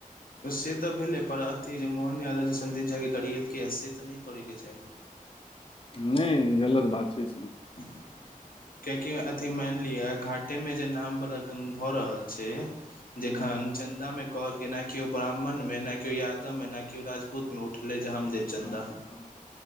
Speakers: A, on the left (about 80°); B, on the left (about 40°).
A: से तऽ भेलै पर अथी जे मोहन यादव जी सन्दिग के गड़ियेलकै हन से तऽ नै करे के चाही।
B: नय गलतऽ बात छै सन।
A: ह <inaudible> कियाकि अथी माएन लिअ घाटे मे जे नाम वाला गंग भऽ रहल छै। जेखन
B: हँ हँ
A: चन्दा मे कलहकैन कि केओ ब्राह्मणमे न केओ यादवमे न केओ राजपूतमे उठलै जे हमदैव चन्दा
B: हँ हँ